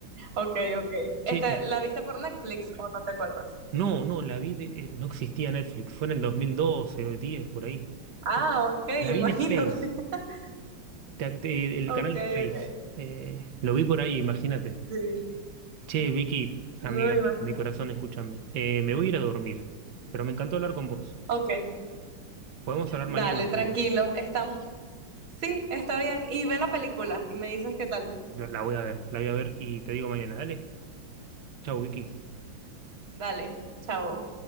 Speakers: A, on the right; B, on the right.
A: Ok, ok. Este,
B: che,
A: ¿la viste por Netflix o no te acuerdas?
B: No, no, la vi, de- eh, no existía Netflix, fue en el 2012, 10 por ahí.
A: Ah,
B: Eh,
A: ok,
B: la vi
A: imagínate.
B: en Space,
A: <laughs>
B: te- te- el
A: Ok,
B: canal Space.
A: ok.
B: Eh, lo vi por ahí, imagínate.
A: Sí,
B: Che, Vicky, amiga,
A: no me
B: mía,
A: imagino.
B: de mi corazón, escúchame. Eh, me voy a ir a dormir, pero me encantó hablar con vos.
A: Ok,
B: Podemos hablar
A: dale,
B: mañana si
A: tranquilo,
B: querés.
A: estamos. Sí, está bien. Y ve la película y me dices qué tal.
B: La, la voy a ver, la voy a ver y te digo mañana. Dale, chau, Vicky.
A: Dale, chao.